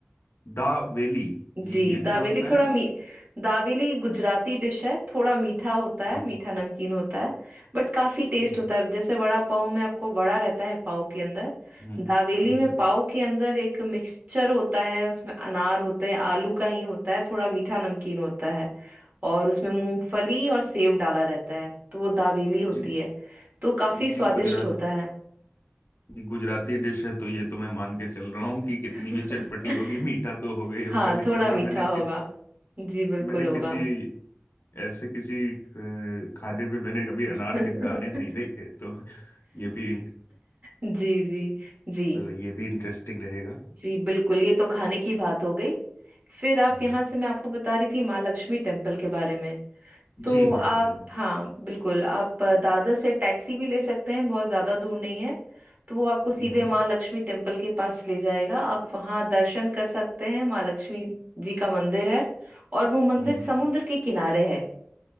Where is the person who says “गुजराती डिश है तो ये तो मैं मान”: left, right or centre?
Left